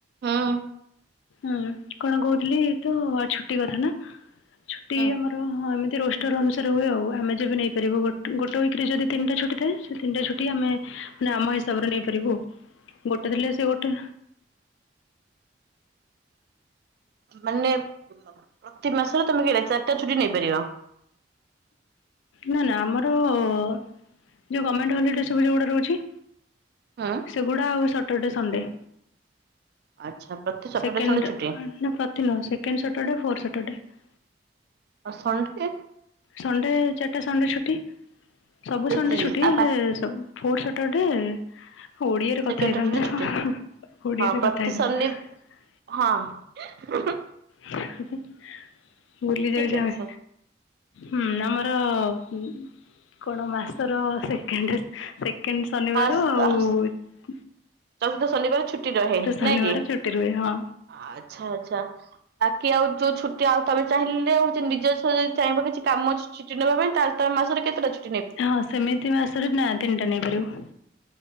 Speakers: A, on the right; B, on the left.
A: ହୁଁ।
B: ହୁଁ କଣ କହୁଥିଲି ତ ଛୁଟି କଥା ନା ଛୁଟି
A: ହଁ।
B: ଆମର ଏମ ରୋଷ୍ଟର ଅନୁସାରେ ହୁଏ ଆଉ ଆମେ ଯେବେ ନେଇ ପାରିବୁ ଗୋଟ ଗୋଟେ ୱିକରେ ଯଦି ତିନଟା ଛୁଟି ଥାଏ ସେ ତିନଟା ଛୁଟି ଆମେ ନା ଆମ ହିସାବରେ ନେଇପାରିବୁ। ଗୋଟେ ଥିଲେ ସେ ଗୋଟେ।
A: ମାନେ ପ୍ରତି ମାସରେ ତମେ କେଇଟା ଚାରିଟା ଛୁଟି ନେଇ ପାରିବ।
B: ନା ନା ଆମର-ଅ-ଅ-ଅ ଯୋଉ ଗଣମେଣ୍ଟ ହଲିଡେ ସବୁ ଯୋଉୁଟା ରହୁଛି
A: ହଁ।
B: ସେଗୁଡା ଆଉ ସଟରଡେ ସଣ୍ଡେ।
A: ଆଚ୍ଛା ପ୍ରତି ସଟରଡେ
B: ସେକେଣ୍ଡ
A: ସଣ୍ଡେ ଛୁଟି
B: ନା ପ୍ରତି ନୁହଁ second Saturday four Saturday
A: ଆଉ ସଣ୍ଡେ?
B: ସଣ୍ଡେ ଚାରିଟା ସଣ୍ଡେ ଛୁଟି। ସବୁ
A: ଯଦି
B: ସଣ୍ଡେ ଛୁଟି
A: ଆଉ
B: ହେଲେ
A: ବା
B: ସବୁ ଫୋର ସଟରଡେ ଓଡିଆରେ
A: ସେକେଣ୍ଡ
B: କଥା ହେଇଥାନ୍ତା।
A: ସଟରଡେ ଛୁଟି
B: ହା ହା ଓଡିଆରେ
A: ହଁ ପ୍ରତି
B: କଥା ହେଇଥାନ୍ତା।
A: ଶନି ହଁ ହି ହି
B: ହିଁ ହିଁ ହିଁ ବୁଲି
A: ଠିକ
B: ଯାଉଛେ ଆମେ
A: ଅଛି
B: ହୁଁ ଆମର-ଅ-ଅ-ଅ ଉ କଣ ମାସର ସେକେଣ୍ଡ ସେକେ ସେକେଣ୍ଡ ଶନିବାର
A: ହଁ
B: ଆଉ-ଉ-ଉ
A: ଚତୁର୍ଥ ଶନିବାର ଛୁଟି ରହେ
B: ଶନିବାର
A: ନାଇଁ କି?
B: ଛୁଟି ରୁହେ ହଁ
A: ଆଛା ଆଛା ବାକି ଆଉ ଯୋଉ ଛୁ ଆଉ ତମେ ଚାହିଁଲେ ହଉଚି ନିଜସ୍ୱ ଯଦି ଚାହିଁବ କିଛି କାମ ଅଛି ଛୁଟି ନେବା ପାଇଁ ତାହାଲେ ତମେ ମାସରେ କେତେଟା ଛୁ
B: ହଁ ସେମିତି ମାସରେ ନା ତିନିଟା ନେଇପାରିବ।